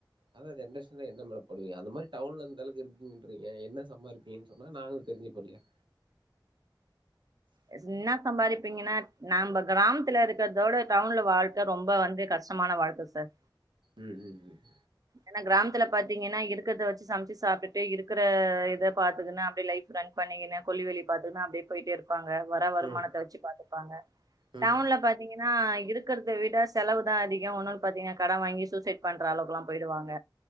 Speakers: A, on the right (about 80°); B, on the right (about 50°).
A: அதான் ஜென்ரேஷன்ல என்ன மேடம் பண்ணுவீங்க அந்த மாறி டவுன்ல அந்த அளவுக்கு இருக்குங்குன்றீங்க என்ன சம்பாரிப் பீங்கன்னு சொன்னா நாங்களு தெரிஞ்சுப்போ இல்லையா
B: என்ன சம்பாரிப்பீங்கன்னா நாம்ப கிராமத்துல இருக்கிறதோட டவுன்ல வாழ்க்க ரொம்ப வந்து கஷ்டமான வாழ்க்க சார்
A: ம் ம் ம்
B: ஏன்னா கிராமத்துல பாத்தீங்கன்னா இருக்கறத வச்சு சமைச்சு சாப்பிட்டுட்டு இருக்கிற இத பாத்துகினு அப்டியே லைஃப் ரன் பண்ணிக்கினு கொள்ளி வேலயப் பாத்துக்கினு அப்டியே போயிட்டே இரு ப்பாங்க வர்ற வருமானத்த
A: ம்
B: வச்சு பார்த்துப்பாங்க
A: ம்
B: டவுண்ல பாத் தீங்கன்னா இருக்கிறத விட செலவுதா அதிகோ ஒன்னொன்னு பாத்தீங்கன்னா கடன் வாங்கி சூசைடு பண்ற அளவுக்குல்லா போயிடுவாங்க